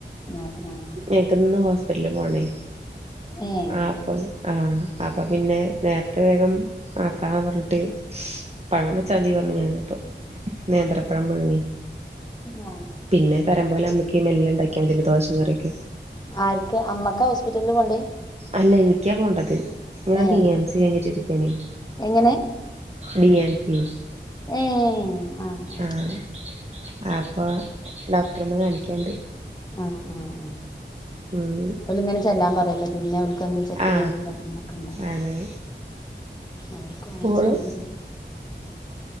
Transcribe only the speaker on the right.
ഞങ്ങക്കിന്ന് ഹോസ്പിറ്റലിൽ പോണേ
ആഹ് അപ്പം ആഹ് അപ്പ പിന്നെ നേർത്തെ വേഗം ആക്കാന്ന് പറഞ്ഞിട്ട് പഴം വച്ചാതി പറഞ്ഞു ഞാനപ്പം നേന്ത്രപ്പഴം പുഴുങ്ങി
പിന്നെ തരം പോലമ്മക്ക് മെല്ലണ്ടാക്യാ മതിയല്ലോ ദോശേം കറിയൊക്കെ
അല്ല എനിക്കാ പോണ്ടത് ഞാൻ
ഡിഎൻസി കഴിഞ്ഞിട്ടിരിക്കാണേ
ഡി എൻ സി
ആഹ്
അപ്പൊ ഡോക്ടറൊന്ന് കാണിക്കാണ്ട്
ഉം
ആ
അതെ
പോണം